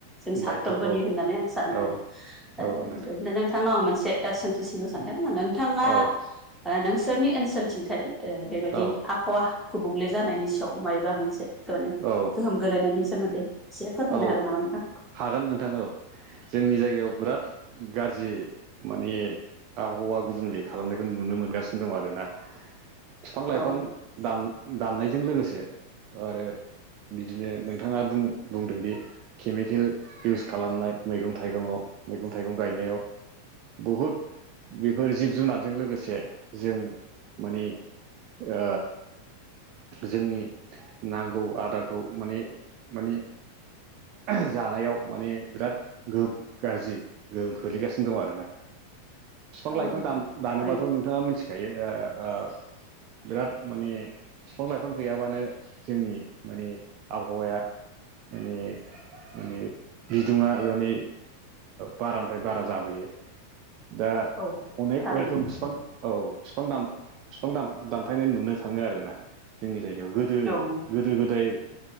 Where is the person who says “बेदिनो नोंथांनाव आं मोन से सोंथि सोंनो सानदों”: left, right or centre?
Centre